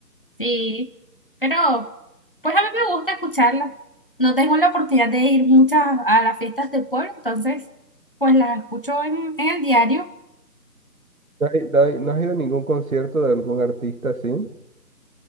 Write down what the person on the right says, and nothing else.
¿No has, no has- no has ido a ningún concierto de algún artista así?